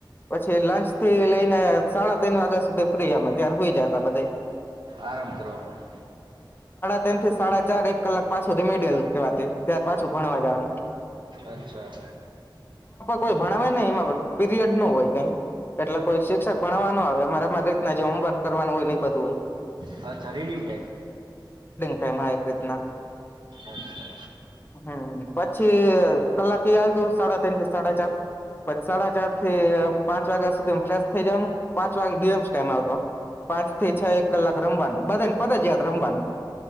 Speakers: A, on the left; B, on the right.
A: પછી લંચ થી લઈને સાડા તણ વાગ્યા સુધી ફ્રી અમે ત્યારે હુઈ જાતા બધાય.
B: આરામ કરવામાં
A: તય્ન થી સાડા ચાર એક કલાક પાછું રીમીડિયલ કહેવાતી ત્યાર પાછું ભણવા જાવાનું.
B: અચ્છા.
A: કોઈ ભણાવે નહી એમાં પણ પીરિયડ નો હોય કઈ એટલે કોઈ શિક્ષક ભણાવવા ન આવે અમારે અમારી રીતના જે હોમવર્ક કરવાનું હોય ને એ બધું
B: <inaudible> અચ્છા રીડિંગ ટાઈમ.
A: તેમાં એક રીતના
B: અચ્છા
A: હમ્મ. પછી કલાકે એ હાલતું સાડા તન થી સાડા ચાર પછ સાડા ચાર થી અહ પાંચ વાગ્યા સુધીન ફેશ થઇ જવાનું, પાંચ વાગે ગેમ્સ ટાઈમ હાલતો. પાંચ થી છ એક કલાક રમવાનું, બધાને ફરિજયાત રમવાનું.